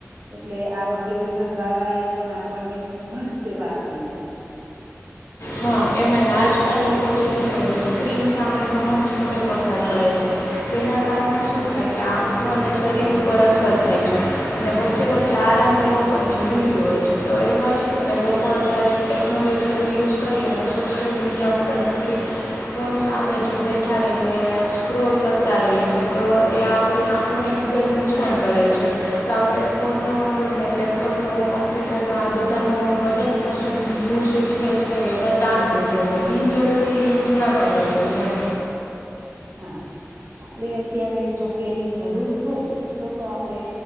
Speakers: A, on the right; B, on the left.
A: એટલે આરોગ્ય વિભાગ વાળા એ પણ આપણને ખુબ જ સેવા આપી છે.
B: હા. એમાંય આજકલ લોકો જે હોય એ સ્ક્રીન સામે ઘણો સમય પસાર કરે છે. તેના કારણે શું થાય કે આંખો અને શરીર ઉપર અસર થાય છે. અને વચ્ચે-વચ્ચે આરામ લેવો પણ જરૂરી હોય છે, તો એમાં શું કે લોકો અત્યારે ટેકનોલોજીનો યુઝ કરી અને સોશિયલ મીડિયાઓ ઉપર નકરી ફોન સામે જો બેઠા રહીને સ્ક્રોલ કરતા રહી છે, તો એ આપણી આંખો ઓને ખૂબ જ નુકસાન કરે છે. તો આપણે ફોનનો, ને લેપટોપનો, કમ્પ્યુટરનો આ બધાનો બને ત્યાં સુધી યુઝ છે છે એને ટાળવો જોઈએ, બિનજરૂરી યુઝ ના કરવો જોઈએ એમ.
A: હા. આપડે અત્યારે જોકે એની જરૂર હોય તો-તો આપણે